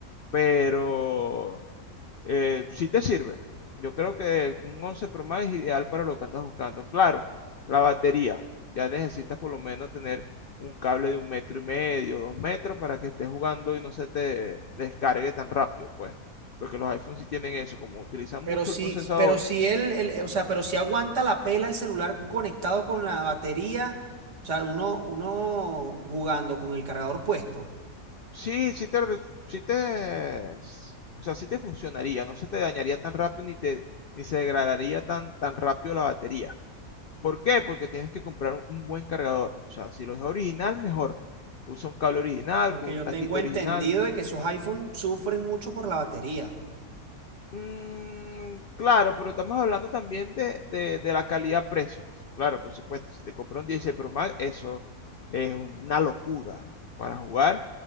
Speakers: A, on the left; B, on the right.
A: pero eh, sí te sirve. Yo creo que un 11 Pro Max es ideal para lo que andas buscando. Claro, la batería, ya necesitas por lo menos tener un cable de un metro y medio, dos metros, para que estés jugando y no se te descargue tan rápido, pues. Porque los iPhones sí tienen eso, como utilizan
B: Pero
A: mucho
B: sí,
A: el procesador.
B: pero si él, el- eh, o sea, pero si aguanta la pela el celular conectado con la batería, o sea, uno, uno jugando con el cargador puesto.
A: Sí, sí te, sí te, o sea, sí te funcionaría, no se te dañaría tan rápido ni te, ni se degradaría tan, tan rápido la batería. ¿Por qué? Porque tienes que comprar un, un buen cargador. O sea, si lo es original, mejor. Usa un cable original,
B: Porque
A: con un
B: yo
A: taquito
B: tengo entendido
A: original.
B: de que esos iPhones sufren mucho por la batería.
A: Mm, claro, pero estamos hablando también de, de- de la calidad-precio. Claro, por supuesto. Si te compras un 16 Pro Max, eso es una locura para jugar.